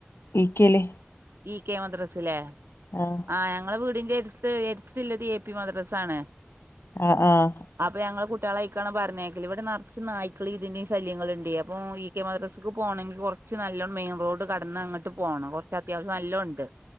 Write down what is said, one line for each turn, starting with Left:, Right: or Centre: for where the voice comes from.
Left: ഈകേല്
Right: ഈകേ മദ്രസ് ലേ
Left: ആഹ്
Right: ആഹ് ഞങ്ങളെ വീട്ൻ്റെട്ത്ത് എട്ത്ത്ള്ളത് എ പി മദ്രസാണ്.
Left: ആഹ് ആഹ്
Right: അപ്പ ഞങ്ങള് കുട്ട്യോളയ്ക്കാണ് പറഞ്ഞേക്കല് ഇവ്ടെ നർച്ച് നായ്ക്കളിംതിൻ്റീം ശല്യങ്ങള്ണ്ട് അപ്പം ഇ കെ മാദ്രസ്ക്ക് പോണെങ്കി കൊർച്ച് നല്ലൊം മെയിൻ റോഡ് കടന്നങ്ങട്ട് പോണം കൊർ അത്യാവസ്യം നല്ലോണ്ട്